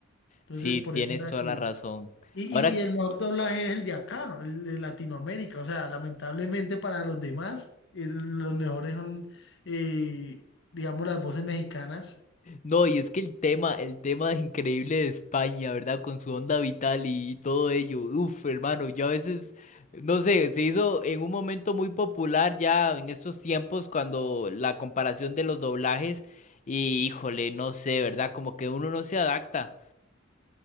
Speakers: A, on the left; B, on the left.
A: Entonces,
B: sí,
A: por
B: tienes
A: eso era
B: toda
A: que...
B: la razón.
A: Y, y-
B: Ahora,
A: y el mejor doblaje es el de acá, el de Latinoamérica. O sea, lamentablemente para los demás, el- los mejores son, eh, digamos, las voces mexicanas.
B: no, y es que el tema, el tema increíble de España, ¿verdad? Con su onda vital y, y todo ello. Uf, hermano, yo a veces, no sé, se hizo en un momento muy popular ya en estos tiempos cuando la comparación de los doblajes y híjole, no sé, ¿verdad? Como que uno no se adapta.